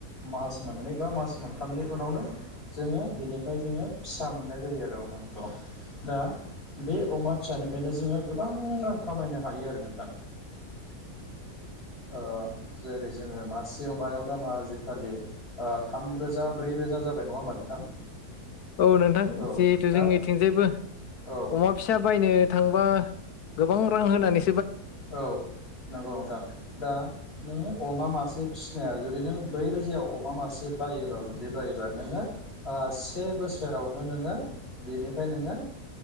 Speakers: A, on the left; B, on the left.
A: मास मोननै बा मास मोनथामनि उनावनो जोङो बिनिफ्राय जोङो फिसा मोननाय जायो आरो अमाखौ। दा बे अमा फिसानिफ्रायनो जोङो गोबां रां खामायनो हायो आरो नोंथां। अ जेरै जोङो मासेयाव मायाव दामा आजिखालि थामरोजा ब्रै रोजा जाबाय नङा होमबानो। नोंथां
B: औ नोंथां
A: औ
B: जिहेथु
A: दा
B: जोंनिथिंजायबो
A: औ
B: अमा फिसा बायनो थांबा गोबां रां होनानै
A: औ नंगौ नोंथां दा नोंङो। अमा मासे फिसिनायाव जुदि नों ब्रै रोजायाव अमा मासे बायोबा बिदि बायोबा नोङो। से बोसोरावनो नोङो बेनिफ्राय नोङो